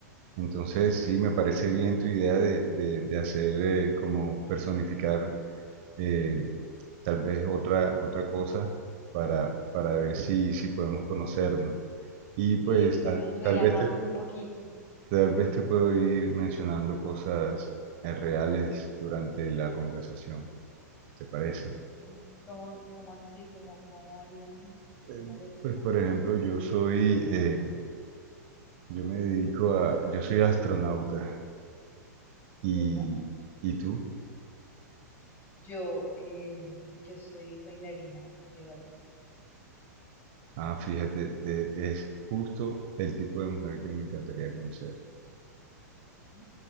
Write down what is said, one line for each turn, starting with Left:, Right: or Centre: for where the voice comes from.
Right: Entonces, sí, me parece bien tu idea de, de, de hacer eh, como personificar eh, tal vez otra, otra cosa para, para ver si, si podemos conocernos. Y pues
Left: Sí, sí,
Right: tal,
Left: nos relajamos
Right: tal vez te,
Left: un poquito.
Right: tal vez te puedo ir mencionando cosas eh, reales durante la conversación, ¿te parece?
Left: Sí. ¿Cómo, cómo así? ¿Cómo, cómo haríamos?
Right: Eh,
Left: ¿Cómo lo propones?
Right: Pues por ejemplo, yo soy, eh, yo me dedico a, yo soy astronauta
Left: ¿De
Right: y,
Left: verdad?
Right: ¿y tú?
Left: Yo, eh, yo soy bailarina de ballet,
Right: Ah, fíjate, eh, es justo el tipo de mujer que me encantaría conocer.
Left: ¿sí?